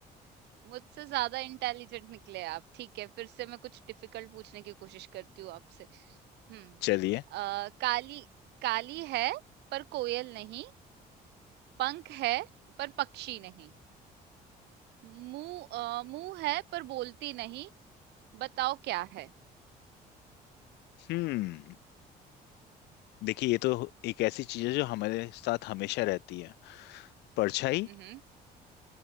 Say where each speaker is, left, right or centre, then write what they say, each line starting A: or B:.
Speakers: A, on the right; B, on the left.
A: मुझसे ज्यादा इंटेलिजेंट निकले आप ठीक है फिर से मैं कुछ डिफिकल्ट पूछने की कोशिश करती हूँ आपसे हम्म
B: चलिए
A: अ, काली काली है पर कोयल नहीं पंख है पर पक्षी नहीं मुंह अ, मुंह है पर बोलती नहीं बताओ क्या है
B: हम्म देखिए ये तो एक ऐसी चीज है जो हमारे साथ हमेशा रहती है परछाई
A: हम्म